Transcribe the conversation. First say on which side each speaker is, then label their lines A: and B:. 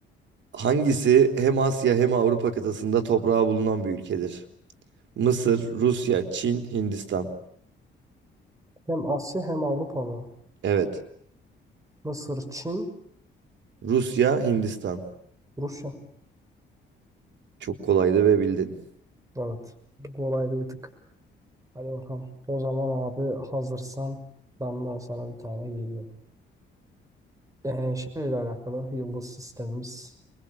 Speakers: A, on the right (about 65°); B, on the right (about 15°).
A: Hangisi hem Asya hem Avrupa kıtasında toprağı bulunan bir ülkedir? Mısır, Rusya, Çin, Hindistan.
B: Hem Asya hem Avrupa mı?
A: Evet.
B: Mısır, Çin,
A: Rusya, Hindistan.
B: Rusya.
A: Çok kolaydı ve bildin.
B: Evet. Bu Kolaydı bir tık. Hadi bakalım. O zaman abi hazırsan benden sana bir tane geliyor. Ee, şeyle alakalı yıldız sistemimiz.